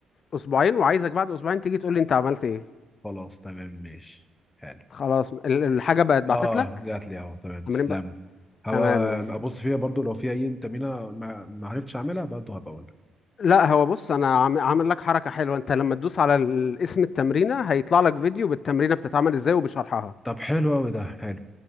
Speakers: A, on the left; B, on the left.
A: اسبوعين وعايزك بعد اسبوعين تيجي تقول لي انت عملت ايه
B: خلاص تمام ماشي حلو
A: خلاص ال- الحاجة بقت بعتت
B: اه
A: لك
B: جات لي اهو تمام
A: تمرين
B: تسلم
A: بقى
B: هبقى
A: تمام
B: ابص فيها برضو لو في اي تمرينه ما ما عرفتش اعملها برضو هبقى اقول
A: لا هو بص انا عام- عامل لك حركه حلوه انت لما تدوس على ال- اسم التمرينه هيطلع لك فيديو بالتمرينه بتتعمل ازاي وبشرحها
B: طب حلو قوي ده حلو